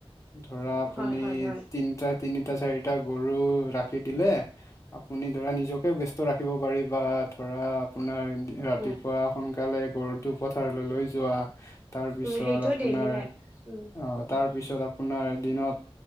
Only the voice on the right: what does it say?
উম,
হয়, হয়, হয়,
উম,
উম, সেইটোৱে
ডেইলি লাইফ উম,
হয়,